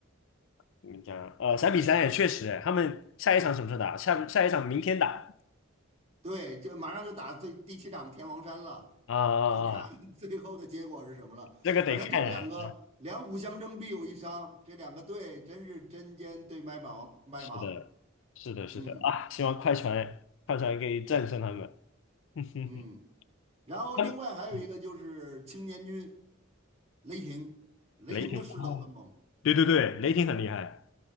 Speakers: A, on the left (about 65°); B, on the right (about 30°).
A: 怎么讲？呃，三比三也确实哎，他们下一场什么时候打？下下一场明天打
B: 对，就马上就打最第七场天王山了，
A: 啊啊啊！
B: 就看 <laughs> 最后的结果是什么了。
A: 这个得看，
B: 反正这两个两虎相争必有一伤，
A: 嗯
B: 这两个队真是针尖对麦芒麦芒。
A: 是的，是的，是的啊！
B: 嗯
A: 希望快船快船可以战胜他们。<laughs>
B: 嗯，然后另外还有一个就是青年军
A: 他们嗯
B: 雷霆，雷霆的势头很猛，
A: 雷霆哦，对对对，雷霆很厉害，